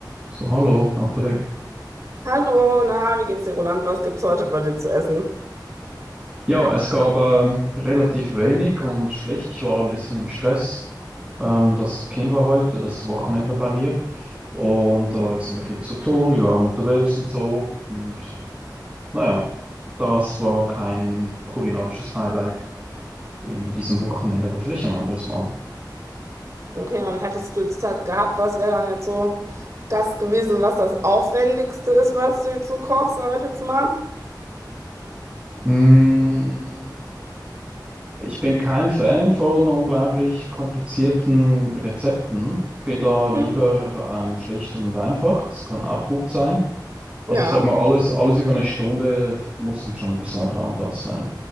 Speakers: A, on the right; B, on the right.
A: So, hallo, natürlich.
B: Hallo, na, wie geht's dir, Roland? Was gibt's heute bei dir zu essen?
A: Ja, es gab ähm, relativ wenig und schlecht. Ich war ein bisschen im Stress. Ähm, das Kind war heute, das Wochenende bei mir. Und da ist immer viel zu tun. Wir waren unterwegs und so. Und naja, das war kein kulinarisches Highlight in diesem Wochenende, aber vielleicht ein anderes Mal.
B: Okay, und hättest du jetzt Zeit gehabt, was wäre dann jetzt so das gewesen, was das Aufwendigste ist, was du jetzt so kochst, sage ich jetzt mal?
A: Mm, ich bin kein Fan von unglaublich komplizierten Rezepten. Bin da lieber
B: Hm,
A: ähm, schlicht und einfach. Das kann auch gut sein. Also
B: ja,
A: ich sag mal, alles, alles über eine Stunde muss dann schon ein besonderer Anlass sein.